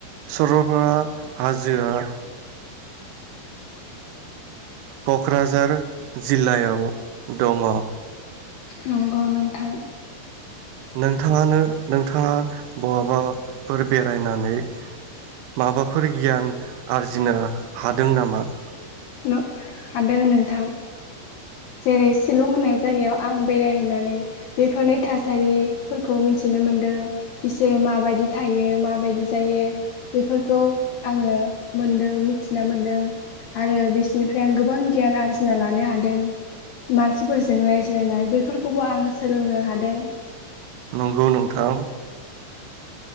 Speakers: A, on the right; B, on the left.
A: सरलपारा हाजोआ क'क्राझार जिल्लायाव दङ।
B: नंगौ नोंथां।
A: नोंथाङानो नोंथाङा बहाबा फोर बेरायनानै माबाफोर गियान आरजिनो हादों नामा?
B: न हादों नोंथां जेरै शिलं होननाय जायगायाव आं बेरायहैनानै बेफोरनि थासारिफोरखौ मिथिनो मोनदों बिसोरो माबायदि थायो माबायदि जायो बेफोरखौ आङो मोनदों मिथिना मोनदों। आरो बिसोरनिफ्राय आं गोबां गियान आरजिना लानो हादों मानसिफोरजों रायज लायनाय बेफोरखौबो आङो सोलोंनो हादों।
A: नंगौ नोंथां